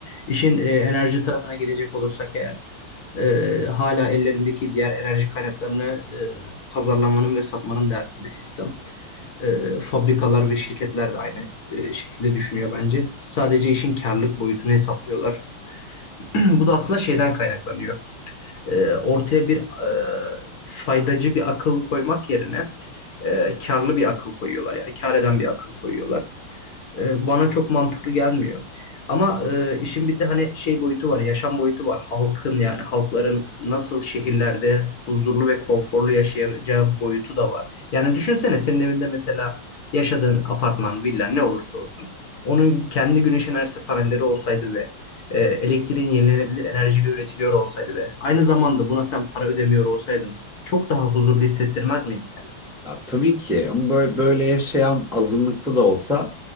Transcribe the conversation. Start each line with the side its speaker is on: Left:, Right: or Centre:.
Left: İşin e, enerji tarafına gelecek olursak eğer e, hala ellerindeki diğer enerji kaynaklarını e, pazarlamanın ve satmanın derdinde sistem. E, fabrikalar ve şirketler de aynı e, şekilde düşünüyor bence. Sadece işin karlılık boyutunu hesaplıyorlar. <clears throat> Bu da aslında şeyden kaynaklanıyor e, ortaya bir e, faydacı bir akıl koymak yerine e, karlı bir akıl koyuyorlar. Yani kar eden bir akıl koyuyorlar. E, bana çok mantıklı gelmiyor. Ama e, işin bir de hani şey boyutu var, yaşam boyutu var. Halkın yani halkların nasıl şehirlerde huzurlu ve konforlu yaşayacağı boyutu da var. Yani düşünsene senin evinde mesela yaşadığın apartman, villa ne olursa olsun. Onun kendi güneş enerjisi panelleri olsaydı ve e, elektriğin yenilenebilir enerjiyle üretiliyor olsaydı ve aynı zamanda buna sen para ödemiyor olsaydın çok daha huzurlu hissettirmez miydi seni?
Centre: Ya tabii ki ama böyle, böyle yaşayan azınlıkta da olsa